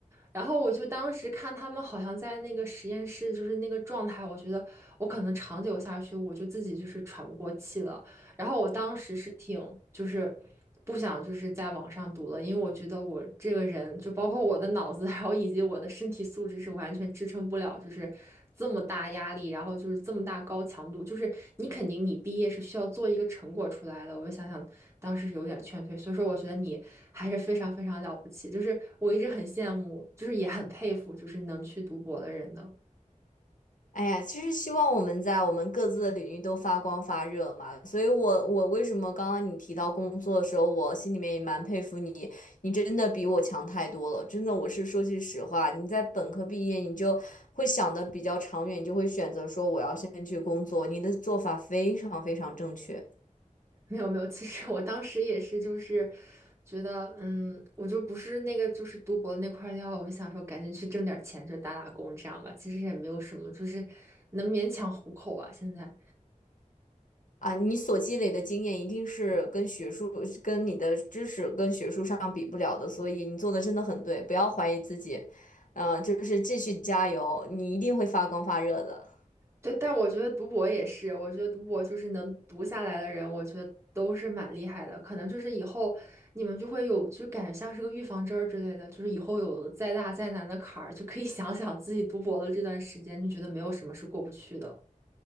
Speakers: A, on the right; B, on the left.
A: 然后我就当时看他们好像在那个实验室，就是那个状态，我觉得我可能长久下去，我就自己就是喘不过气了。然后我当时是挺就是不想就是在网上读了，因为我觉得我这个人就包括我的脑子，<laughs> 还有以及我的身体素质是完全支撑不了，就是这么大压力，然后就是这么大高强度，就是你肯定你毕业是需要做一个成果出来的。我就想想当时是有点劝退，所以说我觉得你还是非常非常了不起，就是我一直很羡慕，就是也很佩服，就是能去读博的人的。
B: 哎呀，其实希望我们在我们各自的领域都发光发热嘛。所以我，我为什么刚刚你提到工作的时候，我心里面也蛮佩服你，你真的比我强太多了。真的，我是说句实话，你在本科毕业，你就会想的比较长远，你就会选择说我要先去工作，你的做法非常非常正确。
A: 没有没有，其实我当时也是，就是觉得，嗯，我就不是那个就是读博那块料，我想说赶紧去挣点钱，就打打工这样吧。其实也没有什么，就是能勉强糊口吧。现在，
B: 啊，你所积累的经验一定是跟学术、跟你的知识、跟学术上比不了的，所以你做的真的很对，不要怀疑自己，嗯、就是继续加油，你一定会发光发热的。
A: 对，但我觉得读博也是，我觉得读博就是能读下来的人，我觉得都是蛮厉害的。可能就是以后你们就会有，就感觉像是个预防针儿之类的，就是以后有再大再难的坎儿，就可以 <laughs> 想想自己读博的这段时间，就觉得没有什么是过不去的。